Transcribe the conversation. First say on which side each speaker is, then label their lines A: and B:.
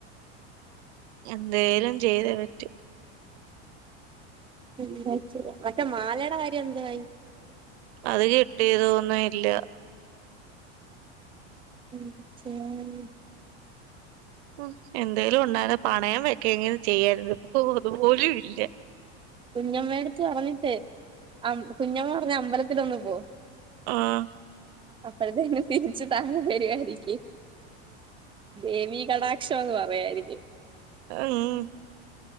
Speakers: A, on the right; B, on the right.
A: എന്തേലും ചെയ്തെ പറ്റൂ
B: എന്താ ചെയ്യ മറ്റേ മാലയുടെ കാര്യം എന്തൊ ആയി
A: അത് കിട്ടിയതോന്നും ഇല്ല
B: <unintelligible>
A: ഉം എന്തേലും ഉണ്ടായ്ര്ന്നെ പണയം വെക്കെങ്കിലും ചെയ്യാരുന്നു ഇപ്പം അതുപോലും ഇല്ല
B: കുഞ്ഞമ്മേടത്ത് പറഞ്ഞിട്ടേ കുഞ്ഞമ്മ പറഞ്ഞ് അമ്പലത്തിലൊന്നു പോ
A: ആഹ്
B: അപ്പഴത്തേന്ന് തിരിച്ചു തരുവരായിരിക്കും ദേവി കഠാ ക്ഷം എന്ന് പറയായിരിക്കും
A: ഉം